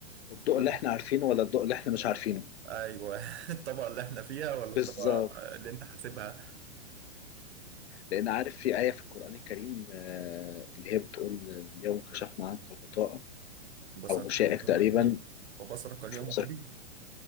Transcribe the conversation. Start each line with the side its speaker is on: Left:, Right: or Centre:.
Left: والضوء
Right: ف-
Left: اللي احنا عارفينه ولا الضوء اللي احنا مش عارفينه
Right: أيوه <laughs> الطبقة اللي إحنا فيها ولا الطبقة
Left: بالظبط
Right: اللي أنت حاسبها
Left: لان عارف في آية في القرآن الكريم آه، اللي هي بتقول اليوم كشفنا عنك غطاءك
Right: بصرك
Left: او غشائك
Right: اليوم
Left: تقريبا
Right: وحديد فبصرك اليوم
Left: في بصرك
Right: وحديد